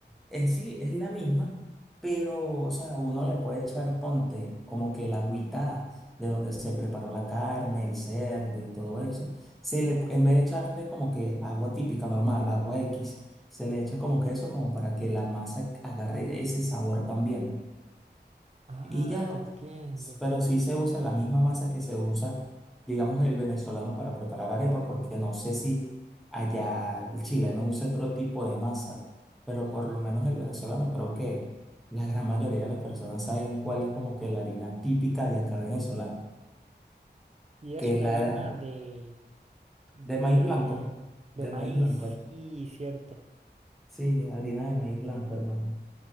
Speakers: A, in the centre; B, on the right.
A: es, sí, es la misma, pero, o sea, uno le puede echar, ponte, como que la agüita de donde se preparó la carne, el cerdo y todo eso, se le, en vez de echarle como que agua típica, normal, agua X, se le echa como que eso, como para que la masa agarre ese sabor también.
B: Ah,
A: Y ya,
B: te entiendo.
A: pero sí se usa la misma masa que se usa, digamos, el venezolano para preparar arepa, porque no sé si allá el chileno usa otro tipo de masa, pero por lo menos el venezolano creo que la gran mayoría de las personas saben cuál es como que la harina típica de acá venezolana,
B: Y es
A: que es
B: una
A: la
B: harina de, de,
A: de maíz blanco,
B: de
A: de
B: maíz,
A: maíz blanco.
B: sí, cierto.
A: Sí, harina de maíz blanco, hermano.